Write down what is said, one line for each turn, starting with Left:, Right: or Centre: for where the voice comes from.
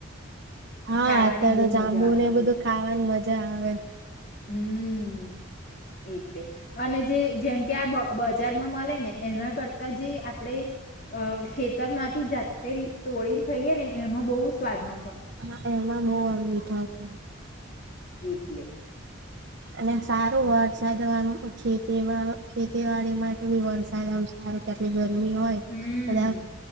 Right: હા
Left: ખાવાની
Right: અત્યારે
Left: બહુ
Right: તો જાંબુ
Left: મજા આવે
Right: ને
Left: છે
Right: બધું ખાવાની મજ જા આવે.
Left: હમ્મ એતે અને જે જેમ કે આ બજારમાં મળે ને એના કરતા જે આપડે ખેતરમાંથી જાતે તોળીને ખાઈએ ને એમાં બહુ સ્વાદ ન
Right: હા એમાં નોવાન. <unintelligible>
Left: એક
Right: અને સારું વરસાદ ખેતીમાં ખેતીવાડી માટે બી વરસાદ આમ સારું કે આપડે ધર થી મી હોય
Left: હમ
Right: બધા